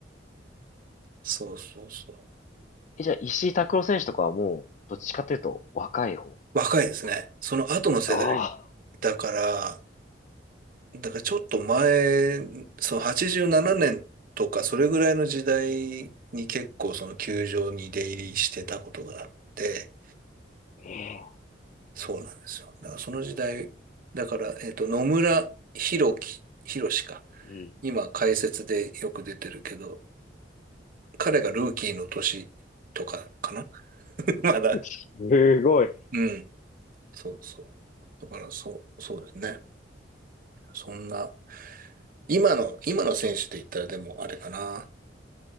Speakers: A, on the right; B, on the left.
A: そうそうそう。
B: えじゃあ、石井拓郎選手とかはもう、どっちかというと、若い方な
A: 若いですね。
B: のか
A: その後の世代
B: ああ、
A: だから、だからちょっと前、そう、87年とか、それぐらいの時代に結構その球場に出入りしてたことがあって、
B: ええ
A: そうなんですよ。だからその時代、だから、えっと、野村弘樹、弘志か。
B: う
A: 今、解説でよく出てるけど、彼がルーキーの年とかかな <laughs> まだ。
B: ん。すごい。
A: うん。そうそう。だから、そう、そうですね。そんな、今の、今の選手で言ったらでもあれかな。